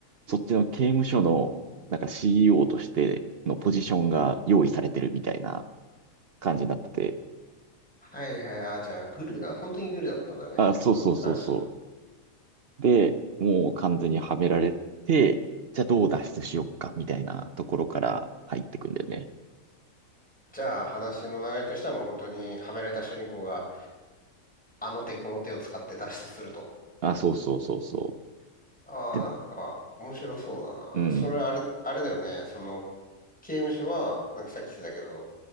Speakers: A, on the right (about 50°); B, in the centre.
A: そっちの刑務所の、なんか CEO としてのポジションが用意されてるみたいな感じになってて、
B: はいはい、あーじゃあ、グルだ。本当にグルだったんだね。
A: あ、そうそうそうそう。
B: その看守の。
A: で、もう完全にはめられて、じゃあどう脱出しようか、みたいなところから入ってくんだよね。
B: じゃあ、話の流れとしてはもう本当に、はめられた主人公が、あの手この手を使って脱出すると。
A: あ、そうそうそうそう。
B: ああ、
A: で、
B: なんか、面白そうだな。
A: うん、
B: それあれ、あれだよね。その、刑務所は、なんかさっき言ってたけど、